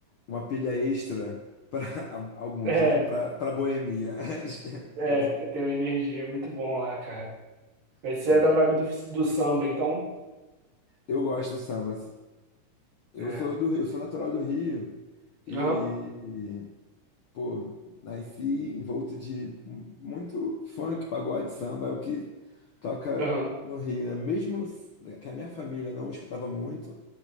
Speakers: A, on the left; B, on the right.
A: uma pilha extra para <laughs> alguns,
B: é,
A: né? Para para boemia. <laughs> Eles têm uma
B: é,
A: pilha.
B: que tem uma energia muito bom lá, cara. Mas
A: Muito
B: você
A: bom.
B: é da vibe do, do samba, então?
A: Eu gosto do samba. Eu
B: É.
A: sou do Rio, eu sou natural do Rio e
B: Aham,
A: pô, nasci envolto de muito funk, pagode, samba, é o que toca
B: aham.
A: no Rio, né? Mesmo que a minha família não escutava muito,